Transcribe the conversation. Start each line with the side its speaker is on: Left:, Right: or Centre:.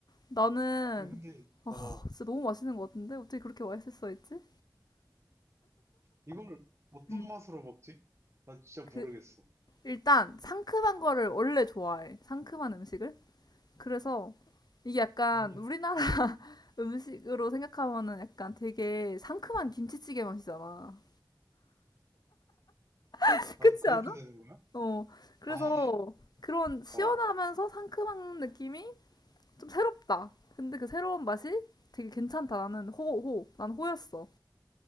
Left: 나는
Right: 아, 근데, 어,
Left: 아, 진짜 너무 맛있는 것 같은데? 어떻게 그렇게 맛있을 수가 있지?
Right: 이걸 어떤
Left: 음.
Right: 맛으로 먹지? 나 진짜
Left: 그,
Right: 모르겠어.
Left: 일단 상큼한 거를 원래 좋아해. 상큼한 음식을. 그래서 이게 약간
Right: 아니,
Left: 우리나라 <laughs>
Right: 어,
Left: 음식으로 생각하면은 약간 되게 상큼한 김치찌개 맛이잖아. <laughs>
Right: 아,
Left: 그렇지
Right: 그렇게
Left: 않아?
Right: 되는 거야?
Left: 어. 그래서
Right: 아,
Left: 그런 시원하면서
Right: 어.
Left: 상큼한 느낌이 좀 새롭다. 근데 그 새로운 맛이 되게 괜찮다. 나는 호, 호. 난 호였어.